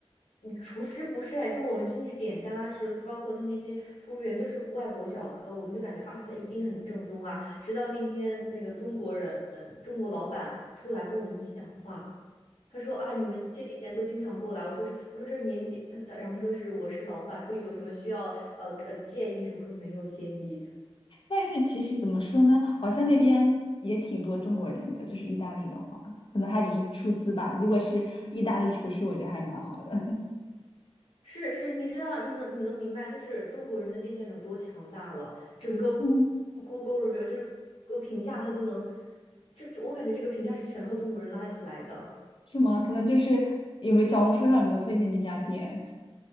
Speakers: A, on the left; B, on the left.
A: 厨师不是，就我们进去点单的时候，就包括他那些服务员都是外国小哥，我们就感觉啊，他一定很正宗啊。直到那天那个中国人，中国老板出来跟我们讲话，他说啊，你们这几天都经常过来。我说是，我说这是您点，他他然后他说是我是老板，说有什么需要呃呃建议什么，我说没有建议。
B: 但是其实怎么说呢，好像那边也挺多中国人的，就是意大利的话，可能他只是出资吧。如果是意大利厨师，我觉得还蛮好的。
A: 是是，你知道，你能你能明白，就是中国人的力量有多强大了。整个
B: <laughs> 嗯，
A: Google review 就是个评价，它都能，就这我感觉这个评价是全靠中国人拉起来的
B: 是吗？可能就是有没有小红书上有没有推荐这家店？